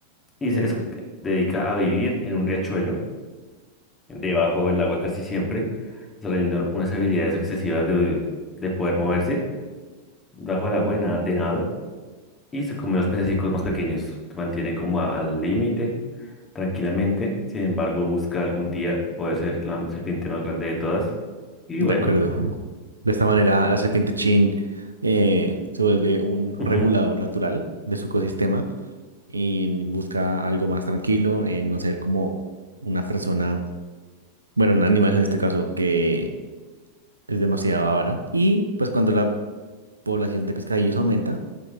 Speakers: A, on the left (about 15°); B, on the right (about 80°).
A: y
B: Sí.
A: se es- dedica a vivir en un riachuelo debajo del agua casi siempre, desarrollando unas habilidades excesivas de, de poder moverse bajo el agua de, na- de nado y se come los pececicos más pequeños. Se mantiene como a- al límite, tranquilamente. Sin embargo, busca algún día poder ser la serpiente más grande de todas. Y
B: De
A: bueno,
B: acuerdo. De esta manera, la serpiente Chin eh, se vuelve un
A: ujú,
B: regulador natural de su ecosistema y busca algo más tranquilo, en no ser como una persona, bueno, un animal en este caso, que es demasiado avara. Y pues cuando la población de pescadillos aumenta,